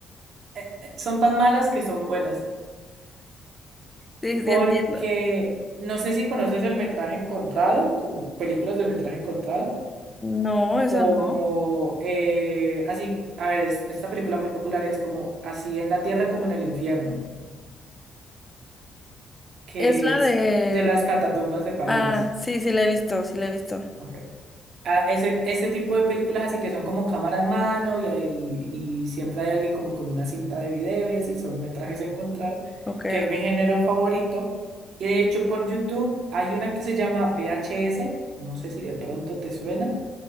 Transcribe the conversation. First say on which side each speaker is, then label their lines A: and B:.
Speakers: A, on the right (about 65°); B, on the left (about 20°).
A: eh, son tan malas que son buenas.
B: sí, sí
A: Porque
B: entiendo.
A: no sé si conoces el metraje encontrado, como películas de metraje encontrado.
B: No,
A: como
B: eso no.
A: eh, así, a ver, es- esta película muy popular es como Así en la Tierra como en el Infierno, que
B: Es la
A: es
B: de...
A: de las catatumbas de París.
B: Ah, sí, sí la he visto, sí la he visto.
A: Ok. Ah, ese, ese tipo de películas así que son como cámara en mano y, ahí, y siempre hay alguien como con una cinta de video y así, son metrajes encontrados,
B: Ok.
A: que es mi género favorito. Y de hecho por YouTube hay una que se llama VHS, no sé si de pronto te suena